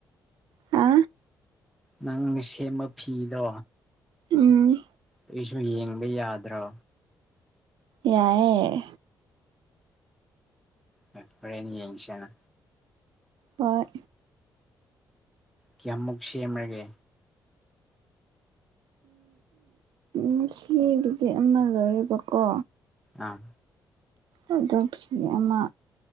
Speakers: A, on the right; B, in the centre.
A: ꯍꯥ
B: ꯅꯪ ꯁꯦꯝꯕ ꯐꯤꯗꯣ
A: ꯎꯝ
B: ꯑꯩꯁꯨ ꯌꯦꯡꯕ ꯌꯥꯗ꯭ꯔꯣ
A: ꯌꯥꯏꯌꯦ
B: ꯍꯣꯔꯦꯟ ꯌꯦꯡꯁꯦꯅ
A: ꯍꯣꯏ
B: ꯀꯌꯃꯨꯛ ꯁꯦꯝꯃꯒꯦ
A: ꯉꯁꯤꯗꯨꯗꯤ ꯑꯃ ꯂꯧꯔꯦꯕꯀꯣ
B: ꯑꯥ
A: ꯑꯗꯨꯗ ꯐꯤ ꯑꯃ